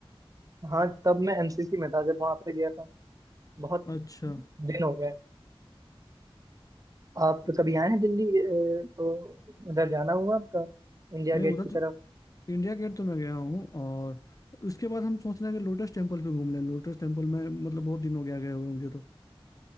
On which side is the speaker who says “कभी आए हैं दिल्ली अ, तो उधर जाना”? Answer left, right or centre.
Right